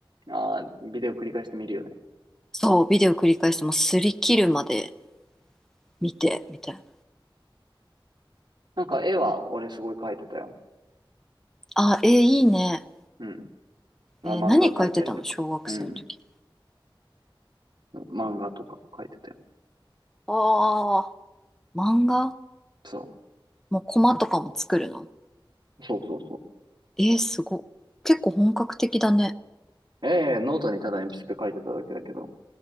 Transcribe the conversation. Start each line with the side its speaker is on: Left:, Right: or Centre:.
Right: ああー、ビデオ繰り返して見るよね。
Centre: そう、ビデオ繰り返してもう擦り切るまで見て、みたいな。
Right: なんか絵は俺すごい描いてたよ。
Centre: あ、えーいいね。
Right: うん。あ、
Centre: えー何書いてたの小学生の時。
Right: 漫画描いたりとか。うん。漫画とか描いてたよ。
Centre: ああ、漫画
Right: そ
Centre: もうコマとかも作るの
Right: う。そうそうそ
Centre: えーすごっ。結構本格的だね。
Right: う。ええ、ノートにただ鉛筆で描いてただけだけど。